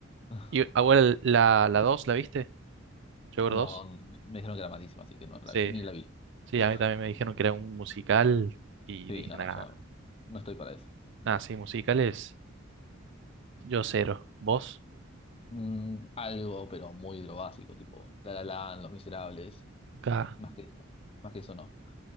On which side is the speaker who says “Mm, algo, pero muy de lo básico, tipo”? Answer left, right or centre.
Left